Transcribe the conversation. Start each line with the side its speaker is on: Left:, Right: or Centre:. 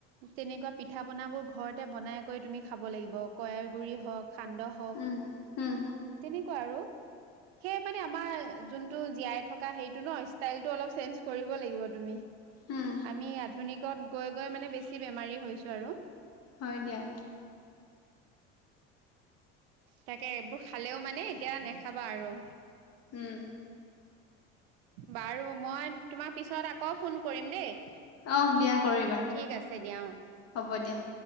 Right: তেনেকুৱা পিঠাপনাবোৰ ঘৰতে বনাই কৰি তুমি খাব লাগিব। কয়াৰ গুড়ি হওক সান্দহ হওক।
Left: উম উম
Right: তেনেকুৱা আৰু। সেই মানে আমাৰ যোনটো জীয়াই থকা হেৰীতো ন, ষ্টাইলটো অলপ চেঞ্জ কৰিব লাগিব তুমি।
Left: উম
Right: আমি আধুনিকত গৈ-গৈ মানে বেছি বেমাৰী হৈছো আৰু।
Left: হয় দিয়া।
Right: তাকে এইবোৰ খালেও মানে এতিয়া নেখাবা আৰু।
Left: উম।
Right: বাৰু মই তোমাক পিছত আকৌ ফোন কৰিম দেই।
Left: অ দিয়া কৰিবা। হ'ব
Right: ঠিক আছে দিয়া অ'।
Left: দিয়া।